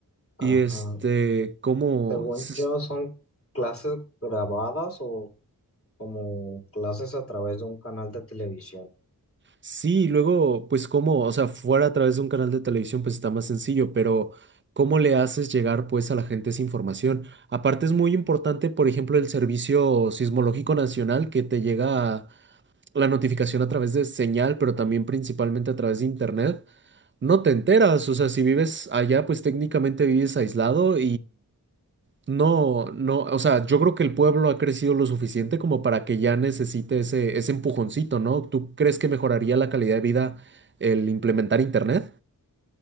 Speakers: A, on the left; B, on the right.
A: Ajá.
B: y este, como,
A: Según
B: s-
A: yo, son clases grabadas o como clases a través de un canal de televisión.
B: sí, y luego, pues como, o sea, fuera a través de un canal de televisión, pues está más sencillo, pero ¿cómo le haces llegar pues a la gente esa información? Aparte es muy importante, por ejemplo, el Servicio Sismológico Nacional que te llega la notificación a través de señal, pero también principalmente a través de internet. No te enteras, o sea, si vives allá, pues técnicamente vives aislado No, no, o sea, yo creo que el pueblo ha crecido lo suficiente como para que ya necesite ese, ese empujoncito, ¿no? ¿Tú crees que mejoraría la calidad de vida el implementar internet?